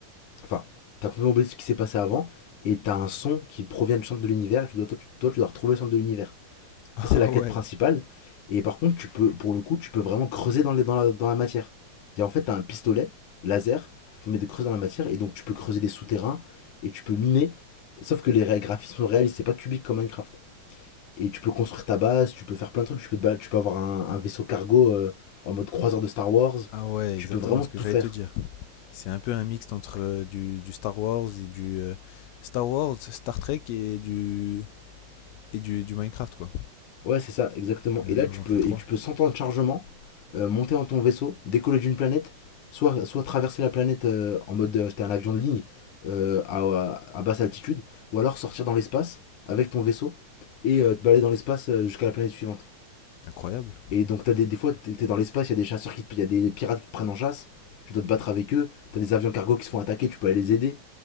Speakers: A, on the left; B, on the left.
A: enfin, t'as complètement oublié ce qui s'est passé avant, et t'as un son qui provient du centre de l'univers, et tu dois, toi, tu- toi, tu dois retrouver le centre de l'univers.
B: Ah
A: Ça, c'est la quête
B: ouais.
A: principale. Et par contre, tu peux, pour le coup, tu peux vraiment creuser dans, les, dans, la, dans la matière. Et en fait, t'as un pistolet laser qui met des creuses dans la matière, et donc tu peux creuser des souterrains, et tu peux miner. Sauf que les ré- graphismes réels, c'est pas cubique comme Minecraft. Et tu peux construire ta base, tu peux faire plein de trucs, tu peux, te balader, tu peux avoir un, un vaisseau cargo euh, en mode croiseur de Star Wars,
B: Ah ouais,
A: tu
B: exactement
A: peux vraiment
B: ce que
A: tout
B: j'allais
A: faire.
B: te dire. C'est un peu un mixte entre euh, du, du Star Wars et du euh, Star Wars, Star Trek et du et du, du Minecraft quoi.
A: Ouais, c'est ça, exactement.
B: Un
A: Et
B: mélange
A: là, tu
B: entre
A: peux,
B: les trois.
A: et tu peux sans temps de chargement euh, monter dans ton vaisseau, décoller d'une planète, soit, soit traverser la planète euh, en mode euh, t'es un avion de ligne euh, à, à- à basse altitude, ou alors sortir dans l'espace avec ton vaisseau et euh, te balader dans l'espace euh, jusqu'à la planète suivante.
B: Incroyable.
A: Et donc, t'as des, des fois, t'es dans l'espace, il y a des chasseurs qui te- y a des pirates qui te prennent en chasse, tu dois te battre avec eux, t'as des avions cargo qui se font attaquer, tu peux aller les aider.